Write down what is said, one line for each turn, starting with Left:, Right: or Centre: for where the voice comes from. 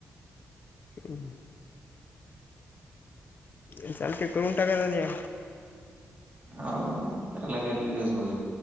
Left: हम् ते चालते करून टाका उदया.
Right: हाव करायला लागेल दिवसभर.